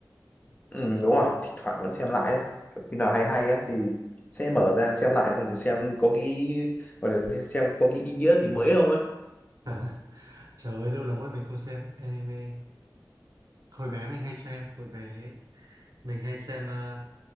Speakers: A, on the left; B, on the right.
A: ừ, đúng rồi thỉnh thoảng vẫn xem lại đấy Kiểu khi nào hay hay á thì sẽ mở ra xem lại xong thì xem có cái gọi là xem có cái ý nghĩa gì mới không á
B: Thật á Trời ơi lâu lắm rồi mình không xem anime hồi bé mình hay xem hồi bé mình hay xem uh,